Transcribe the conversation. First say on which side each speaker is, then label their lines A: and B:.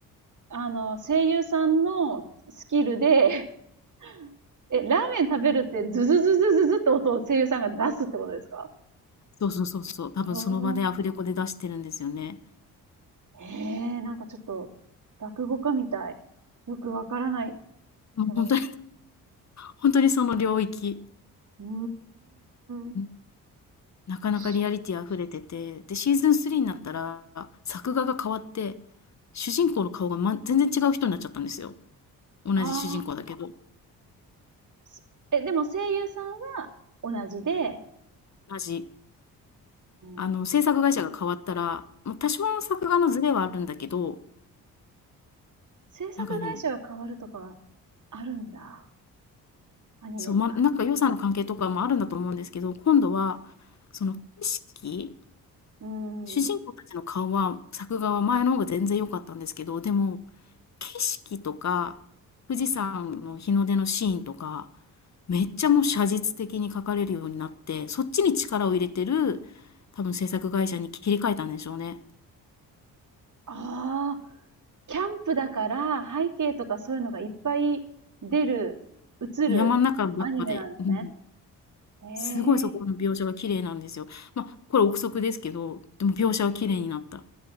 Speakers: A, on the right; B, on the left.
A: あの、声優さんのスキルで、<laughs> え、ラーメン食べるってズズズズズズって音を声優さんが出すってことですか
B: そうそうそうそう、多分その場でアフレコで出してるんですよね。
A: うんへえ、なんかちょっと、落語家みたい。よくわからない
B: もうほんとに
A: けど。
B: ほんと <laughs> にその領域、
A: うーん。不
B: うん、なかなかリアリティ溢れてて、
A: 思
B: で、シーズン3になったら、作画が変わって、主人公の顔が、ま全然違う人になっちゃったんですよ。同じ主人公だけど、
A: ああ、すえ、でも声優さんは同じで、
B: 同じ。
A: うん、
B: あの、制作会社が変わったら、ま、多少の作画のズレはあるんだけど、
A: 制作会社が変わるとか
B: なんかね、
A: あるんだ。アニメ。
B: そう、ま、なんか予算の関係とかもあるんだと思うんですけど、今度は、その景色
A: うん。
B: 主人公たちの顔は、作画は前の方が全然良かったんですけど、でも、景色とか、富士山の日の出のシーンとか、めっちゃもう写実的に描かれるようになって、そっちに力を入れてる、多分制作会社に切り替えたんでしょうね。
A: ああ、キャンプだから背景とかそういうのがいっぱい出る、映るアニメなんですね。
B: 山ん中ばっかで、うん、
A: へえ、
B: すごいそこの描写が綺麗なんですよ。ま、これ憶測ですけど、でも描写は綺麗になった。